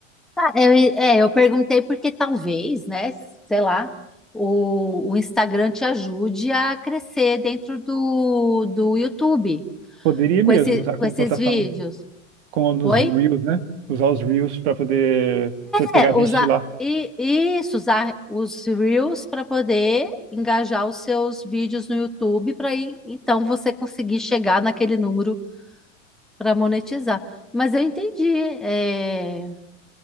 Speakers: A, in the centre; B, on the right.
A: tá, eu, é, eu perguntei porque talvez, né? Sei lá, o, o Instagram te ajude a crescer dentro do, do YouTube.
B: Poderia
A: com
B: mesmo
A: esse,
B: usar
A: com
B: como
A: esses
B: plataforma,
A: vídeos.
B: como nos
A: Oi?
B: Reels, né? Usar os Reels para poder ter- pegar
A: É, usar
B: gente de lá.
A: e isso, usar os Reels para poder engajar os seus vídeos no YouTube para aí então você conseguir chegar naquele número para monetizar. Mas eu entendi. é,